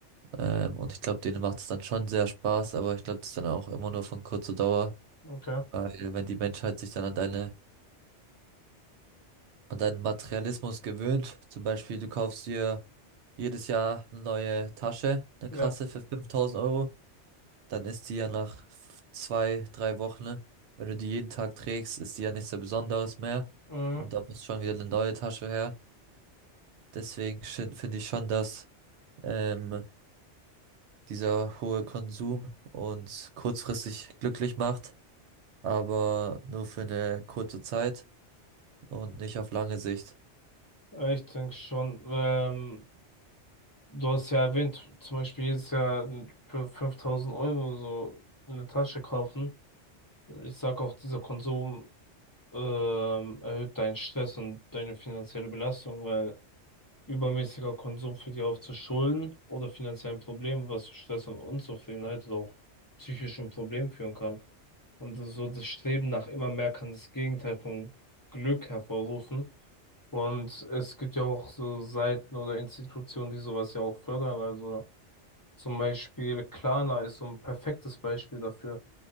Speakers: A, on the right; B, on the left.
A: Ähm, und ich glaube, denen macht es dann schon sehr Spaß, aber ich glaube, das ist dann auch immer nur von kurzer Dauer,
B: okay.
A: weil wenn die Menschheit sich dann an deine, an deinen Materialismus gewöhnt, zum Beispiel du kaufst dir jedes Jahr eine neue Tasche, eine
B: Ja.
A: krasse für 5000 Euro, dann ist die ja nach f- zwei, drei Wochen, ne? wenn du die jeden Tag trägst, ist die ja nichts sehr Besonderes mehr.
B: Mhm.
A: Und da muss schon wieder eine neue Tasche her. Deswegen sch- finde ich schon, dass ähm, dieser hohe Konsum uns kurzfristig glücklich macht, aber nur für eine kurze Zeit und nicht auf lange Sicht.
B: Ja, Ich denke schon. Ähm, du hast ja erwähnt, zum Beispiel jedes Jahr für 5000 Euro so eine Tasche kaufen. Ich sag auch, dieser Konsum ähm, erhöht deinen Stress und deine finanzielle Belastung, weil Übermäßiger Konsum führt ja oft zu Schulden oder finanziellen Problemen, was zu Stress und Unzufriedenheit oder auch psychischen Problemen führen kann. Und das- so das Streben nach immer mehr kann das Gegenteil vom Glück hervorrufen. Und es gibt ja auch so Seiten oder Institutionen, die sowas ja auch fördern. Also zum Beispiel Klarna ist so ein perfektes Beispiel dafür,